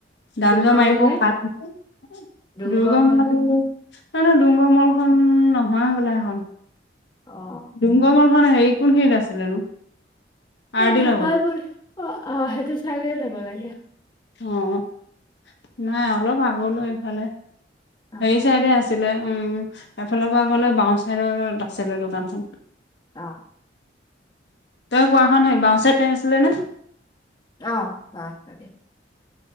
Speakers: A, on the left (about 70°); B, on the left (about 25°).
A: দাম-দৰ
B: ডুমৰা
A: মাৰিব,
B: মল নে
A: সাত
B: ডুমগড়
A: দুৰ্গম
B: মল
A: হ'ল
B: নে
A: ন ন নহয় ডুংগৰ মল খন, নহয় হ'বলা সেইখন।
B: অ
A: ডুংগমল হেৰি কোনখিনিত আছিলেনো?
B: এ'
A: আৰ
B: নখাই
A: ডি লগত
B: বল অ' আহ' সেইটো চাইয়ে যাব লাগে।
A: অ' নাই অলপ আগলৈও ইফালে
B: অ
A: হেৰি চাইডে আছে। ছিলে উম' এফালৰ পৰা গ'লে, বাওঁ চাইডত আছিলে দোকানখন।
B: অ'।
A: তই পোৱাখন সেই বাওঁচাইতে আছিল নে?
B: অহ' বাওঁ চাইডে।